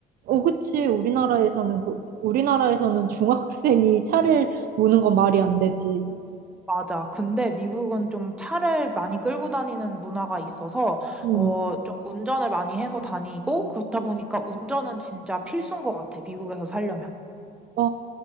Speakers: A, on the right; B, in the centre.
A: 어, 그치. 우리나라에서는, 그, 우리나라에서는 중학생이 차를 모는 건 말이 안 되지.
B: 맞아. 근데 미국은 좀 차를 많이 끌고 다니는 문화가 있어서,
A: 음.
B: 어, 좀 운전을 많이 해서 다니고, 그렇다 보니까 운전은 진짜 필수인 것 같아. 미국에서 살려면.
A: 아,